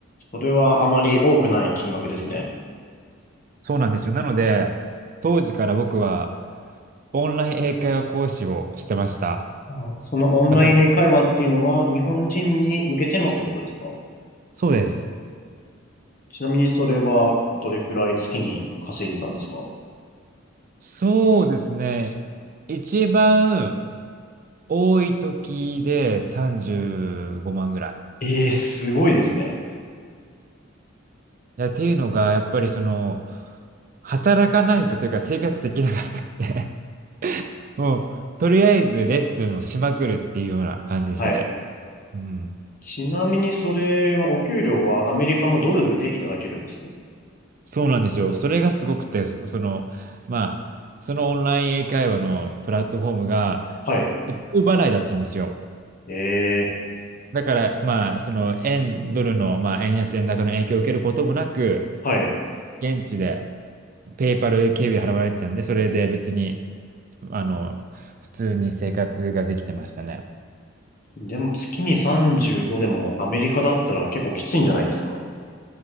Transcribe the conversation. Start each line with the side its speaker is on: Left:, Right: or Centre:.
Left: それはあまり多くない金額ですね。
Right: そうなんですよ。なので、当時から僕はオンライン英会話講師をしてました。
Left: あそのオンライン英会話っていうのは日本人に向けてのってことですか
Right: また、そうです。
Left: ちなみにそれはどれくらい月に稼いでたんですか
Right: そうですね。一番多い時で35万ぐらい。
Left: ええー、すごいですね。
Right: いや、っていうのが、やっぱりその、働かないとというか生活できなかったんで <laughs> もう、とりあえずレッスンをしまくるっていうような感じでしたね。
Left: はい。
Right: うん。
Left: ちなみにそれはお給料はアメリカのドルでいただけるんです
Right: そうなんですよ。それがすごくて、そ、その、まあ、そのオンライン英会話のプラットフォームが、
Left: はい。
Right: ド払いだったんですよ。
Left: ええ
Right: だから、まあ、その、円、ドルの、まあ、円安、円高の影響を受けることもなく、
Left: ー、はい。
Right: 現地で、ペイパル経由で払われてたんで、それで別に、あの、普通に生活ができてましたね。
Left: でも月に35でもアメリカだったら結構きついんじゃないですか